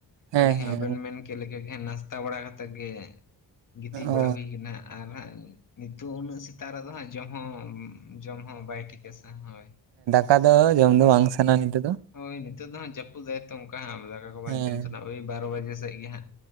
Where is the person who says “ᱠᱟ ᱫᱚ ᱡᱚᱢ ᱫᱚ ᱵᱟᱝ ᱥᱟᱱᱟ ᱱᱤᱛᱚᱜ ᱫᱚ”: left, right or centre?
Right